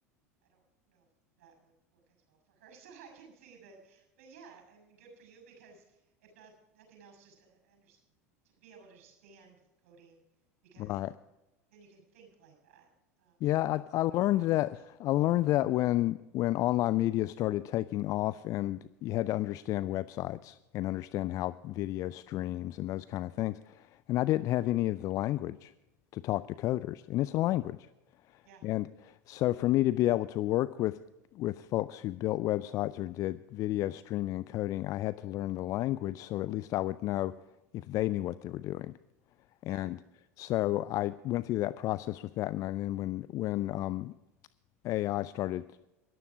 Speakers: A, on the right (about 60°); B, on the left (about 40°).
A: I don't know if that would work as well for her. <laughs> So I can see that. But yeah, I mean good for you because if not nothing else just to, under, to be able to understand coding because
B: right.
A: then you can think like that. Uh,
B: Yeah,
A: you know,
B: I, I
A: that
B: learned
A: process.
B: that I learned that when when online media started taking off and you had to understand websites and understand how video streams and those kind of things. And I didn't have any of the language to talk to coders, and it's a language.
A: Yeah.
B: And so for me to be able to work with with folks who built websites or did video streaming and coding, I had to learn the language so at least I would know if they knew what they were doing.
A: Yeah.
B: And so I went through that process with that, and then when when um, AI started